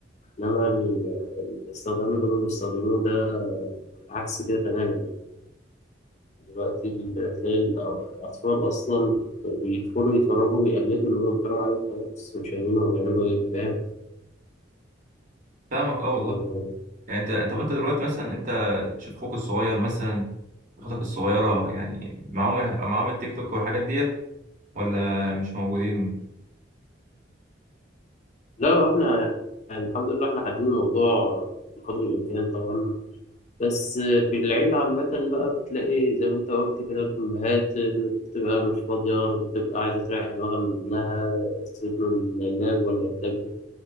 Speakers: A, on the left; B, on the right.
A: إنما ال- الاستخدام اللي هما بيستخدموه ده عكس كده تماما يعني دلوقتي ال- تلاقي الأطفال أصلا بيدخلوا يتفرجوا ويقلدوا اللي هما بيتفرجوا عليه وخلاص مش فاهمين هما بيعملوا إيه فاهم
B: فاهمك اه والله
A: آه،
B: يعني انت طب انت دلوقتي مثلا انت تشوف اخوك الصغير مثلا اختك الصغيرة يعني معاهم معاهم التيك توك والحاجات ديت ولا مش موجودين
A: لا واحنا يعني الحمد لله احنا حاطين الموضوع بقدر الامكان طبعا بس في العيلة عامة بقى بتلاقي زي ما انت قلت كده الأمهات بتبقى مش فاضية بتبقى عايزة تريح دماغها من ابنها تسيب له اللاب ولا التابلت